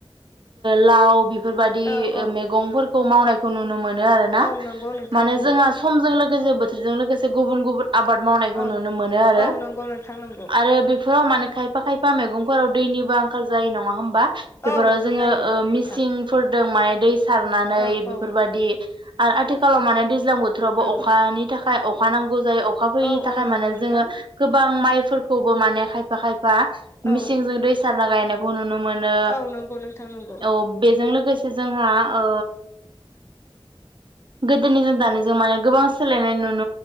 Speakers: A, on the right; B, on the left.
A: लाव बि बिफोरबायदि
B: औ औ
A: मैगंफोरखौ मावनाय खौ नुनो मोन नो आरो ना
B: औ नंगौ नोंथां
A: माने
B: नंगौ
A: जोंहा समजों लो गोजो बोथोरजों लोगोसे गुबुन गुबुन आबाद मावनायखौ
B: औ
A: नुनो मोनो आरो
B: औ नंगौ नोंथां नंगौ
A: आरो बेफोराव माने खायफा खायफा मैगंफोराव दैनिबो आंखाल जायो नङा होमबा?
B: औ
A: बेफोराव
B: नंगौ
A: जोङो
B: जायो
A: ओ मिसिंफोरदों
B: नोंथां
A: माने दै सारनानै
B: औ
A: बेफोरबादि
B: औ
A: आरो आथिखा खालाव माने दै ज्लां बोथोरावबो
B: औ
A: अखानि थाखाय अखा नांग गौ जायो अखा फोयैनि
B: औ
A: थाखाय
B: औ नंगौ
A: माने
B: नोंथां
A: जोंङो गोबां माइ फोरखौबो माने खायफा खायफा
B: औ
A: मिसिंजों दै सारना गायनायखौ नुनो मोनो।
B: औ नंगौ नोंथां नंगौ
A: औ बेजों लोगोसे से जोंहा ओ गोदोनि जों दानिजों माने गोबां सोलायनाय नु